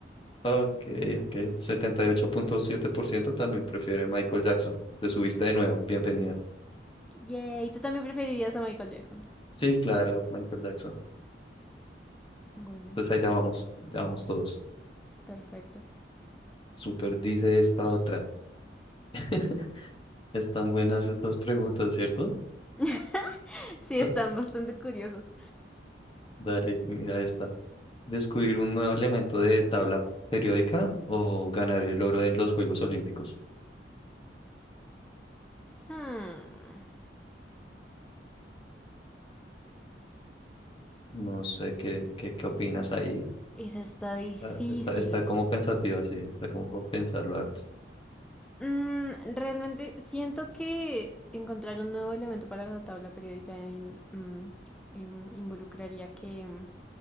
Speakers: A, on the left; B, in the centre.
A: Ok, ok. 78.7% también prefiere Michael Jackson. Te subiste de nuevo. Bienvenida.
B: Yay, ¿tú también preferirías a Michael Jackson?
A: Sí, claro, Michael Jackson.
B: Bueno,
A: Entonces ahí ya vamos, ya vamos todos.
B: perfecto.
A: Super dice esta otra. <laughs> Están buenas estas preguntas, ¿cierto?
B: <laughs> Sí,
A: Da-
B: están bastante curiosos.
A: Dale, mira esta. ¿Descubrir un nuevo elemento de tabla periódica o ganar el oro en los Juegos Olímpicos?
B: Hmm,
A: No sé qué, qué, qué opinas ahí.
B: esa está difícil.
A: Ah, Está, está como pensativa, sí, está como por pensarlo harto.
B: Mm, realmente siento que encontrar un nuevo elemento para la tabla periódica in- mm, em, involucraría que mm,